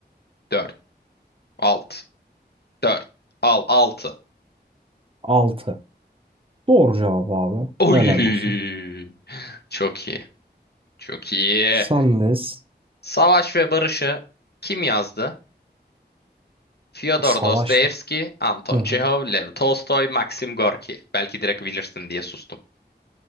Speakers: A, on the left; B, on the right.
A: 4 6. 4. Al 6.
B: 6. Doğru cevap abi.
A: Oy.
B: Helal olsun.
A: Çok iyi. Çok iyi.
B: Sendeyiz.
A: Savaş ve Barış'ı kim yazdı? Fyodor
B: Savaş
A: Dostoyevski,
B: mı?
A: Anton
B: Hı hı.
A: Çehov, Lev Tolstoy, Maxim Gorki. Belki direkt bilirsin diye sustum.